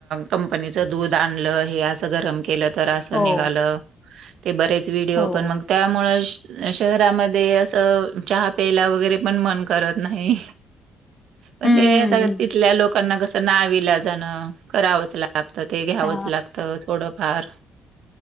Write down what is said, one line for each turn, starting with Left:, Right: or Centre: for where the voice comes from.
Right: कंपनीच दूध आणलं हे अस गरम केल
Left: हो
Right: निघालं ते बरेच व्हिडिओ
Left: हो
Right: पण मग त्यामुळ शहरामध्ये असं चहा प्यायला वगैरे, पण मन करत नाही. पण
Left: हम्म.
Right: ते आता तिथल्या लोकांना कसं ना विलाजाणं करावंच लाग त ते घ्यावंच
Left: हा
Right: लागत थोडंफार.